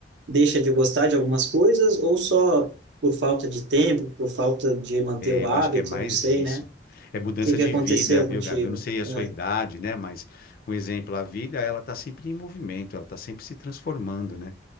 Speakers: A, on the right (about 75°); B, on the left (about 50°).
A: deixa de gostar de algumas coisas ou só por falta de tempo, por falta de manter o
B: eu
A: hábito,
B: acho que é mais
A: não sei,
B: isso.
A: né?
B: É mudança
A: que que
B: de
A: aconteceu
B: vida, viu,
A: contigo?
B: Gabi? Eu não sei a sua
A: É.
B: idade, né? Mas um exemplo, a vida, ela tá sempre em movimento, ela tá sempre se transformando, né?